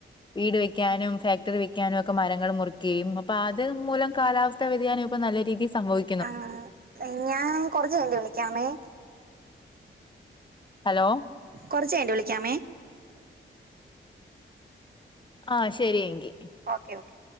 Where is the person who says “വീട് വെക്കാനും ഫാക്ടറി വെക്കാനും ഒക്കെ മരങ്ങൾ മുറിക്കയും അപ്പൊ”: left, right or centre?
Left